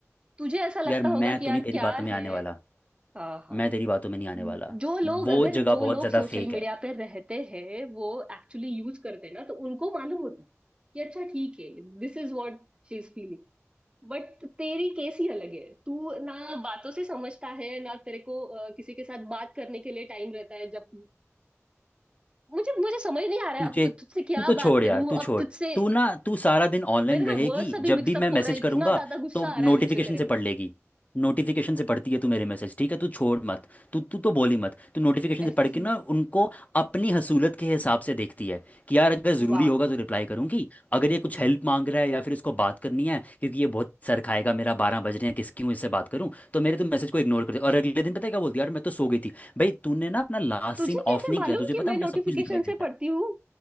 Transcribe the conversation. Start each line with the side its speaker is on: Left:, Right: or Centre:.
Right: तुझे ऐसा लगता
Left: यार मैं
Right: होगा कि
Left: तो
Right: यार
Left: नहीं तेरी
Right: क्या
Left: बातों में
Right: है
Left: आने वाला
Right: हाँ हाँ
Left: मैं तेरी बातों में नहीं आने वाला
Right: जो लोग
Left: वो
Right: अगर
Left: जगह
Right: जो
Left: बहुत
Right: लोग
Left: ज़्यादा
Right: सोशल
Left: फेक
Right: मीडिया
Left: है
Right: पे रहते हैं वो एक्चुअली यूज करते हैं ना तो उनको मालूम होता है कि अच्छा ठीक है this is what she is feeling But तेरी केस ही अलग है तू ना बातों से समझता है ना तेरे को अ, किसी के साथ बात करने के लिए टाइम रहता है जब मुझे मुझे समझ नहीं आ रहा
Left: तुझे
Right: है अब तु, तुझसे क्या
Left: तू तो छोड़
Right: बात करूं
Left: यार तू छोड़
Right: अब तुझसे
Left: तू ना तू सारा दिन ऑनलाइन
Right: मेरे ना
Left: रहेगी
Right: वर्ड्स अभी
Left: जब
Right: मिक्सअप
Left: भी मैं
Right: हो
Left: मैसेज
Right: रहा है
Left: करूंगा
Right: इतना ज्यादा गुस्सा
Left: तो
Right: आ
Left: नोटिफिकेशन
Right: रहा है मुझसे तेरे
Left: से
Right: पे
Left: पढ़ लेगी नोटिफिकेशन से पढ़ती है तू मेरे मैसेज ठीक है तू छोड़ मत तू तू तो बोली मत तू नोटिफिकेशन से
Right: ऐसी
Left: पढ़ के ना उनको अपनी हसूलत के हिसाब से देखती है कि यार अगर ज़रूरी
Right: वाह
Left: होगा तो रिप्लाई करूंगी अगर ये कुछ
Right: हम्म।
Left: हेल्प मांग रहा है या फिर इसको बात करनी है क्योंकि ये बहुत सर खाएगा मेरा बारह बज रहे हैं किस क्यों इससे बात करूं तो मेरे तो मैसेज को इग्नोर कर दे और अगले दिन पता है क्या बोलती है यार मैं तो सो गई थी भाई तूने ना अपना लास्ट
Right: तुझे
Left: सीन ऑफ
Right: कैसे
Left: नहीं
Right: मालूम
Left: किया तुझे
Right: कि
Left: पता
Right: मैं
Left: है मुझे
Right: नोटिफिकेशन
Left: सब कुछ दिखाई देता
Right: से पढ़ती
Left: है
Right: हूँ